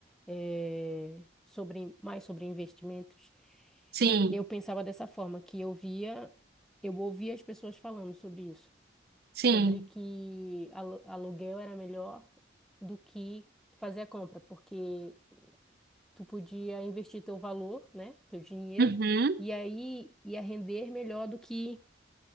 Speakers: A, in the centre; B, on the right (about 55°).
A: eh, sobre, mais sobre investimentos,
B: Sim,
A: eu pensava dessa forma, que eu via, eu ouvia as pessoas falando sobre isso,
B: sim.
A: sobre que alu- aluguel era melhor do que fazer a compra, porque tu podia investir teu valor, né, teu dinheiro,
B: Uhum.
A: e aí ia render melhor do que